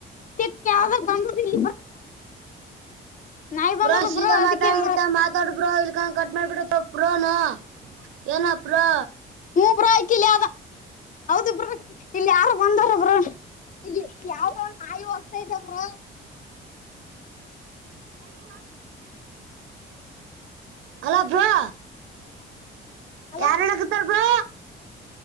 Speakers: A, on the left (about 40°); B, on the right (about 85°).
A: ತಿಕ್ಕ ಯಾವ್ದ ಬಂದಲ್ ನಾಯಿಬಂದೊಬ್ರ
B: ಬ್ರೋ ಸೀದಾ
A: ಅದಕ್ಕೆಬ
B: ಮಾತಾಡಂಗಿತ್ತ ಮಾತಾಡು ಬ್ರೋ ಕಟ್ ಮಾಡಬಿಡ ಪ್ರೋನಾ ಏನ ಪ್ರೋ
A: ಮೂ ರಾಯ್ ಕಿಲಿಗ ಹೌದು ಇಲ್ಲಿ ಯಾರು ಬಂದಾರ ಬ್ರ ಇಲ್ಲಿ ಯಾವ್ದ ಒಂದ ನಾಯಿ ಹೋಗ್ತಾತೆ ಬ್ರ
B: ಹೇಳ ಅಲ ಬ್ರಾ
A: ಅಲ
B: ಯಾರ್ಣಗತಾರ ಬ್ರೋ